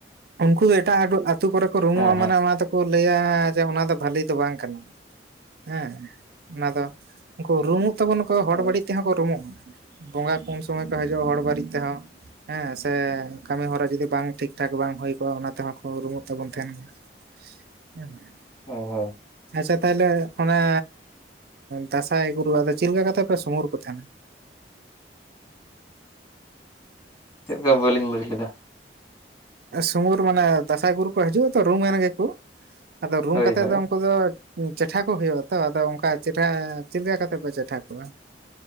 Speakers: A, on the right; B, on the left.
A: ᱩᱱᱠᱩ ᱫᱚ ᱮᱴᱟᱜ ᱟᱛᱳ ᱠᱚᱨᱮ ᱠᱚ ᱨᱩᱢᱩᱜᱼᱟ
B: ᱦᱮᱸ ᱦᱮᱸ
A: ᱢᱟᱱᱮ ᱚᱱᱟ ᱫᱚ ᱠᱚ ᱞᱟᱹᱭᱟ ᱡᱮ ᱚᱱᱟ ᱫᱚ ᱵᱷᱟᱞᱮ ᱫᱚ ᱵᱟᱝ ᱠᱟᱱᱟ᱾ ᱦᱮᱸ᱾ ᱚᱱᱟ ᱫᱚ ᱩᱱᱠᱩ ᱨᱩᱢᱩᱜ ᱛᱟᱵᱚᱱᱟ ᱠᱚ ᱦᱚᱲ
B: ᱦᱳᱭ
A: ᱵᱟᱹᱲᱤᱡ ᱛᱮᱦᱚᱸ ᱠᱚ ᱨᱩᱢᱩᱜᱼᱟ᱾ ᱵᱚᱸᱜᱟ ᱠᱚ ᱥᱚᱢᱚᱭ ᱠᱚ ᱦᱤᱡᱩᱜᱼᱟ ᱦᱚᱲ ᱵᱟᱲᱤᱡ ᱛᱮᱦᱚᱸ ᱦᱮᱸ ᱥᱮ ᱠᱟᱹᱢᱤ ᱦᱚᱨᱟ ᱡᱩᱫᱤ ᱵᱟᱝ ᱴᱷᱤᱠ ᱴᱷᱟᱠ ᱵᱟᱝ ᱦᱩᱭ ᱠᱚᱜᱼᱟ ᱚᱱᱟ ᱛᱮᱦᱚᱸᱠᱚ ᱨᱩᱢᱩᱜ ᱛᱟᱵᱚᱱ ᱛᱟᱦᱮᱱ ᱜᱮ᱾ <unintelligible>
B: ᱦᱳᱭ ᱦᱳᱭ
A: ᱟᱪᱪᱷᱟ ᱛᱟᱦᱚᱞᱮ ᱚᱱᱮ ᱫᱟᱸᱥᱟᱸᱭ ᱜᱩᱨᱩ ᱟᱫᱚ ᱪᱮᱫ ᱞᱮᱠᱟ ᱠᱟᱛᱮ ᱯᱮ ᱥᱩᱢᱩᱨ ᱠᱚ ᱛᱟᱦᱮᱸᱱᱟ?
B: ᱪᱮᱫ ᱞᱮᱠᱟ ᱵᱟᱹᱞᱤᱧ ᱵᱩᱡᱽ ᱞᱮᱫᱟ
A: ᱥᱚᱢᱩᱨ ᱢᱟᱱᱮ ᱫᱟᱸᱥᱟᱸᱭ ᱜᱩᱨᱩ ᱠᱚ ᱦᱤᱡᱩᱜᱼᱟ ᱛᱚ ᱨᱩᱢᱮᱱ ᱜᱮᱠᱚ ᱟᱫᱚ ᱨᱩᱢ
B: ᱦᱳᱭ
A: ᱠᱟᱛᱮᱫ
B: ᱦᱳᱭ
A: ᱫᱚ ᱩᱱᱠᱩ ᱫᱚ ᱪᱮᱴᱷᱟ ᱠᱚ ᱦᱩᱭᱩᱜᱼᱟ ᱛᱚ᱾ ᱟᱫᱚ ᱚᱱᱠᱟ ᱪᱮᱴᱷᱟ ᱪᱮᱫ ᱞᱮᱠᱟ ᱠᱟᱛᱮᱫ ᱯᱮ ᱪᱮᱴᱷᱟ ᱠᱚᱣᱟ